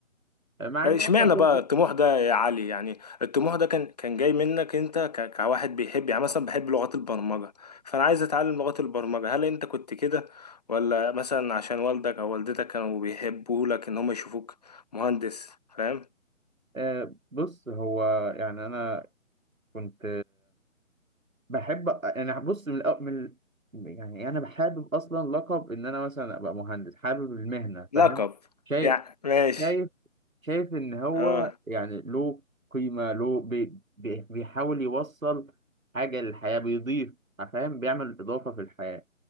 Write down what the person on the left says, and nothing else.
آه،
اشمعنى
بقى الطموح ده يا علي يعني الطموح ده كان كان جاي منك أنت ك... كواحد بيحب يعني مثلا بحب لغات البرمجة فأنا عايز أتعلم لغات البرمجة هل أنت كنت كده ولا مثلا عشان والدك أو والدتك كانوا بيحبوا لك إن هم يشوفوك مهندس فاهم
لقب
يعني ماشي
اه